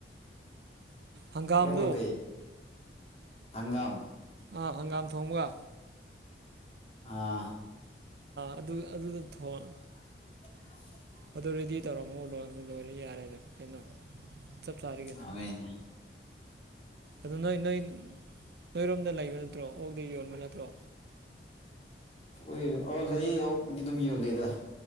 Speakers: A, on the right (about 65°); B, on the left (about 35°).
A: ꯍꯪꯒꯥꯝꯗꯣ
B: ꯑꯣꯛꯀꯥ ꯀꯩ ꯍꯪꯒꯥꯝ
A: ꯑꯥ ꯍꯪꯒꯥꯝ ꯊꯣꯡꯕ
B: ꯑꯥ
A: ꯑꯗꯨ ꯑꯗꯨꯗ ꯊꯣꯡ
B: <unintelligible>
A: ꯑꯗꯨ ꯔꯦꯗꯤ ꯇꯧꯔꯝꯃꯣ ꯂꯣꯏ ꯂꯣꯏꯔꯦ ꯌꯥꯔꯦ ꯑꯗꯨ ꯀꯩꯅꯣ ꯆꯞ ꯆꯥꯔꯤ ꯀꯩꯅꯣ
B: ꯍꯥꯎꯋꯦꯅꯦ
A: ꯑꯗꯨ ꯅꯣꯏ ꯅꯣꯏ ꯅꯣꯏꯔꯣꯝꯗ ꯂꯩꯕ ꯅꯠꯇ꯭ꯔꯣ ꯑꯣꯛꯗꯤ ꯌꯣꯟꯕ ꯅꯠꯇ꯭ꯔꯣ
B: ꯎꯏ ꯑꯣ ꯂꯩꯌꯦ ꯑꯣꯛꯗꯤ ꯑꯗꯨꯝ ꯌꯣꯜꯂꯤꯗ